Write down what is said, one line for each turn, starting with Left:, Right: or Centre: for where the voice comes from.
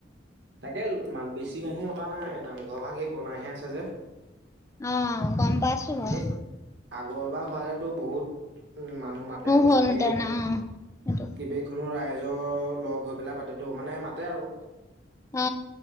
Right: তাকে, মাত বেছি মানুহ পা নাই, নামঘৰ ভাগেই বনাইহে আছে যে।
Left: অ', গম পাইছো বাৰু।
Right: এনে, আগৰ বাাৰ হোৱালেতো বহুত, উম, মানুহ মাতে
Left: হ'লহেঁতেন
Right: গোটেই
Left: অ', সেইটো
Right: কেইবখনো ৰাইজ নিজৰ লগ হৈ পেলাই পাতেটো মানো তাতে আৰু
Left: অ‍ঁ